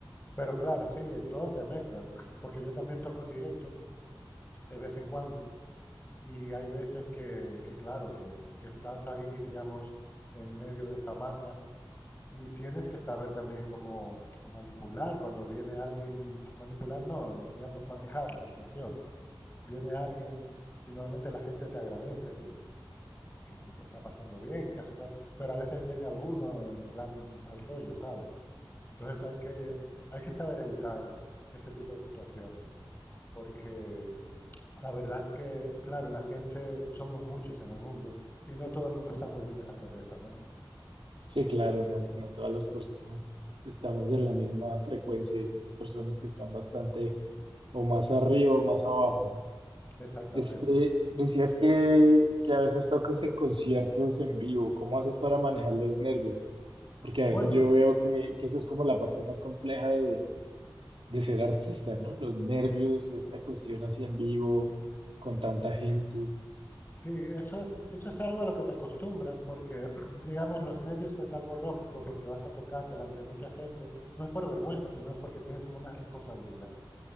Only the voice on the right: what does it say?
Sí, claro, no, no todas las personas estamos en la misma frecuencia y hay personas que están bastante o más arriba o más abajo, ¿no?
Este, decías que, que a veces tocas en conciertos en vivo. ¿Cómo haces para manejar los nervios? Porque a
veces yo veo que, que eso es como la parte más compleja de, de ser artista, ¿no? Los nervios, esta cuestión así en vivo, con tanta gente.